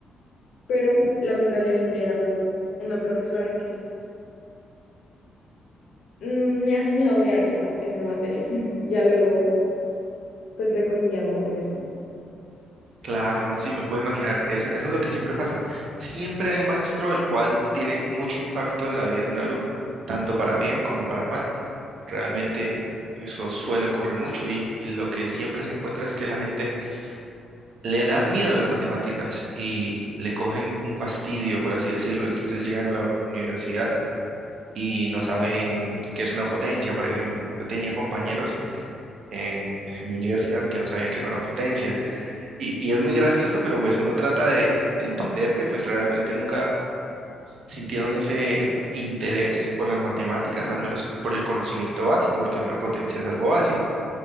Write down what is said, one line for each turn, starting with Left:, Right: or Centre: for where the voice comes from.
Left: pero lamentablemente era por una profesora mm, me hacía odiar esa, esa materia. <laughs> Ya luego, pues le cogí amor y así.
Right: Claro, no, sí, me puedo imaginar. Es- eso es lo que siempre pasa. Siempre hay un maestro el cual tiene mucho impacto en la vida de un alumno, tanto para bien como para mal. Realmente eso suele ocurrir mucho y, y lo que siempre se encuentra es que la gente le da miedo a las matemáticas y le cogen un fastidio, por así decirlo. Entonces llegan a la universidad y no saben qué es una potencia, por ejemplo. Yo tenía compañeros en mi universidad que no sabían qué era una potencia y, y es muy gracioso, pero pues uno trata de, de entender que pues realmente nunca sintieron ese interés por las matemáticas, al menos por el conocimiento básico, porque una potencia es algo básico.